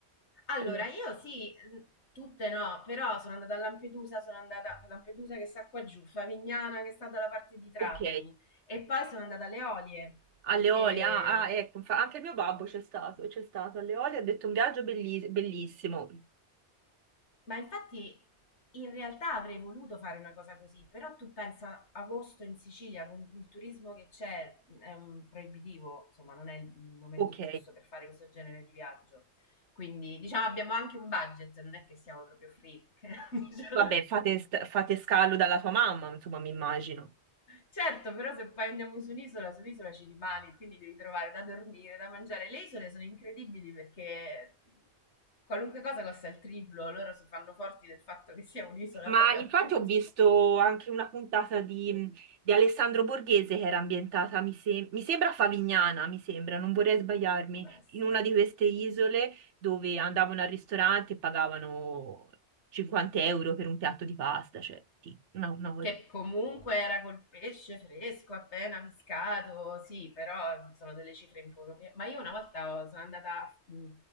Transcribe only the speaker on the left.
Allora,
io sì, mh, tutte no, però sono andata a Lampedusa, sono andata a Lampedusa che sta qua giù, Favignana che sta dalla parte di Trapani
e poi sono andata alle Olie.
E-
Ma infatti in realtà avrei voluto fare una cosa così, però tu pensa agosto in Sicilia con il turismo che c'è, mm, è un proibitivo, insomma, non è il momento
giusto per fare questo genere di viaggio. Quindi, diciamo, abbiamo anche un budget, non è che siamo proprio free. <laughs> diciamo.
Certo, però se poi andiamo su un'isola, sull'isola ci rimani, quindi devi trovare da dormire, da mangiare. Le isole sono incredibili perché qualunque cosa costa il triplo, loro si fanno forti del fatto che sia un'isola
per l'appunto.
<laughs> Può essere.
che comunque era col pesce fresco appena pescato, sì, però sono delle cifre improprie. Ma io una volta ho- sono andata, a- mh,